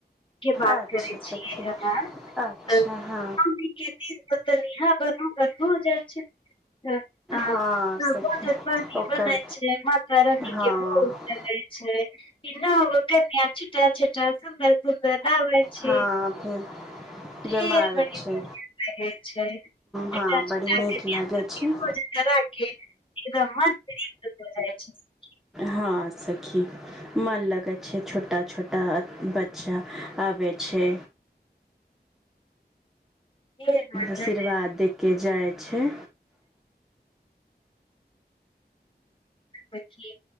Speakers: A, on the left; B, in the centre.
A: के बात
B: अच्छा
A: करै छियै
B: सखी
A: हम
B: अच्छा
A: नौमी
B: हँ
A: के दिन त तऽनी हवन उबन हो जाय छै त त
B: हँ सखी
A: भोजन पानी
B: ओकर
A: बनय छय मातारानी
B: हँ
A: के भोग लगइ छै की नोब कन्या छोटे छोटे सुन्दर सुन्दर नावे छै
B: हँ फेर
A: ढेर
B: जमाबै
A: बढ़ि
B: छै
A: बढिया रहै छै छोटे छोटे
B: हँ
A: कन्या
B: बड़ी नीक लागै
A: सब
B: छै
A: के भोजन करा के एकदम मन त्रिप्त भो जाय छै सखी
B: हँ सखी मन लगे छै छोटा छोटा बच्चा आबे छै
A: ढेर मन
B: आशिर्वाद
A: लगै
B: दे कऽ जाय छै
A: खी